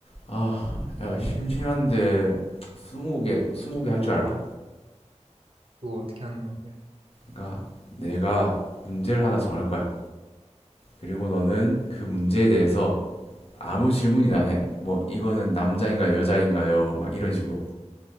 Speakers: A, on the left (about 50°); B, on the right (about 50°).
A: 아, 야, 심심한데, 스무 개 스무 개 할 줄 알아?
B: 그거 어떻게 하는 건데?
A: 그러니까 내가 문제를 하나 정할 거야. 그리고 너는 그 문제에 대해서 아무 질문이나 해. 뭐, 이거는 남자인가요, 여자인가요? 막 이런 식으로.